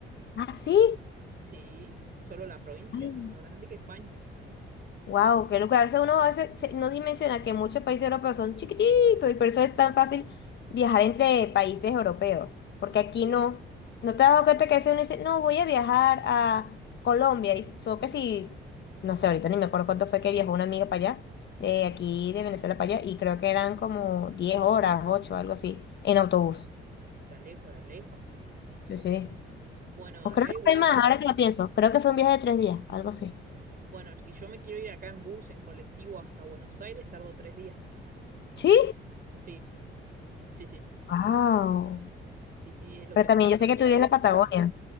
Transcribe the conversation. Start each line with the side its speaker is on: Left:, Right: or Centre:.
Left: Ah, sí.
Right: Sí, solo la provincia,
Left: Ay,
Right: es más grande que España.
Left: wow, qué locura. A veces uno a veces se- no dimensiona que muchos países europeos son chiquiticos y por eso es tan fácil viajar entre países europeos. Porque aquí
Right: Sí.
Left: no, no te has dado cuenta que a veces uno dice, no, voy a viajar a Colombia. Y solo que si, no sé, ahorita ni me acuerdo cuánto fue que viajó una amiga para allá, de aquí de Venezuela para allá, y creo que eran como 10 horas, 8, algo así, en autobús.
Right: Era lejos, era lejos.
Left: Sí, sí.
Right: Bueno,
Left: O creo
Right: acá
Left: que
Right: igual.
Left: fue más, ahora que lo pienso. Creo que fue un viaje de tres días, algo así.
Right: Bueno, si yo me quiero ir acá en bus, en colectivo hasta Buenos Aires, tardo tres días.
Left: ¿Sí?
Right: Sí, sí, sí.
Left: Wow.
Right: Sí, sí, es lo
Left: Pero
Right: que
Left: también
Right: tardo yo,
Left: yo sé que tú vives
Right: yo
Left: en
Right: hice-
Left: la Patagonia.